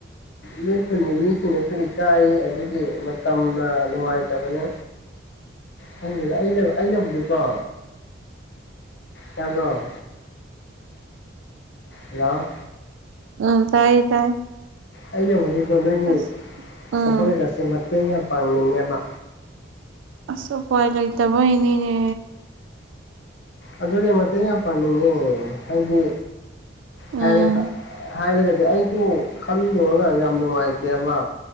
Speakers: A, on the left; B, on the right.
A: ꯅꯣꯏ ꯈꯨꯟꯒꯤ ꯃꯤꯁꯤꯡꯅꯁꯨ ꯏꯀꯥꯏꯌꯦ ꯑꯗꯨꯒꯤ ꯃꯇꯝꯅ ꯅꯨꯡꯉꯥꯏꯇꯕꯅꯦ ꯈꯡꯗꯦꯗ ꯑꯩꯅ ꯑꯩꯅꯕꯨꯗꯤꯀꯣ ꯇꯥꯕꯔꯣ ꯂꯣ
B: ꯎꯝ ꯇꯥꯏꯌꯦ ꯇꯥꯏ
A: ꯑꯩꯅꯕꯨꯗꯤꯀꯣ ꯅꯣꯏꯒꯤ
B: ꯑꯁ ꯑꯁ
A: ꯊꯕꯛ ꯀꯩꯀꯥꯁꯦ ꯃꯇꯦꯡ ꯌꯥꯝ ꯄꯥꯡꯅꯤꯡꯉꯦꯕ
B: ꯑꯁ ꯎꯄꯥꯏ ꯂꯩꯇꯕꯩꯅꯤꯅꯦ
A: ꯑꯗꯨꯅꯦ ꯃꯇꯦꯡ ꯌꯥꯝ ꯄꯥꯅꯤꯡꯉꯦ ꯍꯥꯏꯗꯤ
B: ꯎꯝ
A: ꯍꯥꯏꯔꯦ ꯍꯥꯏꯔꯒꯗꯤ ꯑꯩꯁꯨ ꯈꯟꯂꯨꯔꯒ ꯌꯥꯝ ꯅꯨꯡꯉꯥꯏꯇꯦꯕ